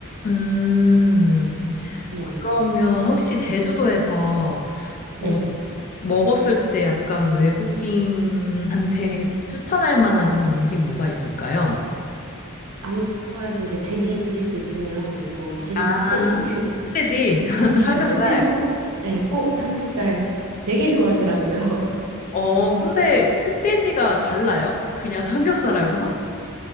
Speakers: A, on the left; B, on the right.
A: 음,
B: 네.
A: 그러면 혹시 제주도에서
B: 네.
A: 어, 먹었을 때 약간 외국인한테 <laughs> 추천할 만한 그런 음식 뭐가 있을까요?
B: 아무래도 이제 돼지 드실 수 있으면, 뭐, 제주도
A: 아,
B: 흑돼지? <laughs>
A: 흑돼지, <laughs> 삼겹살.
B: 네, 흑돼지 꼭, 네, 꼭 삼겹살 되게 좋아하더라고요. <laughs>
A: 어, 근데 흑돼지가 달라요? 그냥 <laughs> 삼겹살하고?